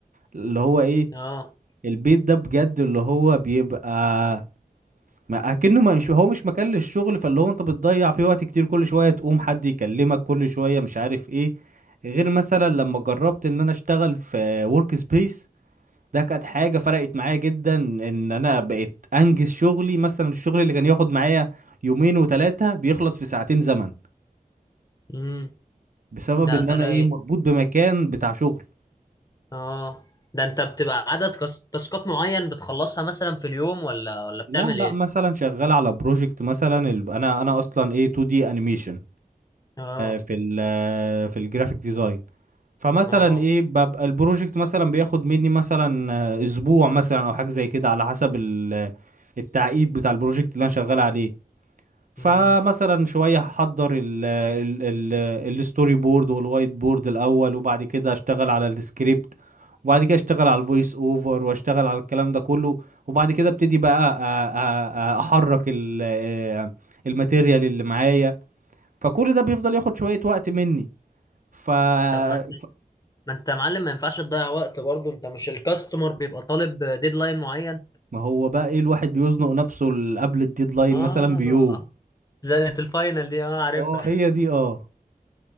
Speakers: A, on the right; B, on the left.
A: اللي هو ايه
B: اه
A: البيت ده بجد اللي هو بيبقى ما اكنه ما مش هو مش مكان للشغل فاللي هو انت بتضيع فيه وقت كتير كل شويه تقوم حد يكلمك كل شويه مش عارف ايه غير مثلا لما جربت ان انا اشتغل في ورك سبيس ده كانت حاجة فرقت معايا جدا ان انا بقيت انجز شغلي مثلا الشغل اللي كان ياخد معايا يومين وثلاثة بيخلص في ساعتين زمن
B: امم
A: بسبب
B: لا
A: ان
B: ده
A: انا
B: رايق
A: ايه مربوط بمكان بتاع شغل
B: اه ده انت بتبقى عدد كس- تاسكات معين بتخلصها مثلا في اليوم ولا ولا بتعمل
A: لا لا
B: ايه
A: مثلا شغال على بروجكت مثلا ال- انا انا اصلا ايه 2 دي انيميشن
B: اه
A: في ال آه، في الجرافيك ديزاين فمثلا
B: اه
A: ايه ببقى البروجكت مثلا بياخد مني مثلا آه، اسبوع مثلا او حاجة زي كده على حسب ال- آه، التعقيد بتاع البروجكت اللي انا شغال عليه فمثلا
B: امم
A: شوية هحضر ال ال ال الستوري بورد والوايت بورد الأول وبعد كده أشتغل على السكريبت وبعد كده أشتغل على الفويس أوفر وأشتغل على الكلام ده كله وبعد كده أبتدي بقى أ- أ- أ- أحرك ال آه، الماتيريال اللي معايا فكل ده بيفضل ياخد شوية وقت مني ف...
B: طب ما
A: ف...
B: ما انت يا معلم ما ينفعش تضيع وقت برضه انت مش الكاستمر بيبقى طالب ديدلاين معين
A: ما هو بقى إيه الواحد بيزنق نفسه ل- قبل الديدلاين
B: اه
A: مثلا بيوم
B: زنة الفاينل دي اه عارفها
A: اه هي دي اه